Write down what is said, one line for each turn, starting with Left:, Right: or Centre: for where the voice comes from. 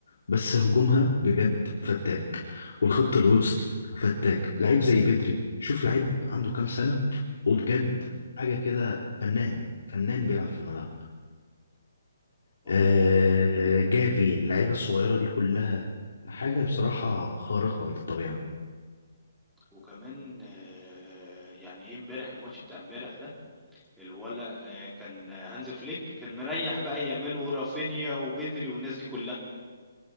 Left: بس هجومها بجد فتاك والخط الوسط فتاك لعيب زي بدري شوف لعيب عنده كام سنة وبجد
Centre: امم
Left: حاجة كده فنان فنان بيلعب في الملعب
Centre: ما
Left: آه
Centre: هو بيدري
Left: جافي اللعيبة
Centre: أحسن
Left: الصغيرة
Centre: لعيب.
Left: دي كلها حاجة بصراحة خارقة للطبيعة
Centre: وكمان آه، يعني ايه امبارح الماتش بتاع امبارح ده الولا آه، كان هانز فليك كان مريح بقى يامال ورافينيا وبدري والناس دي كلها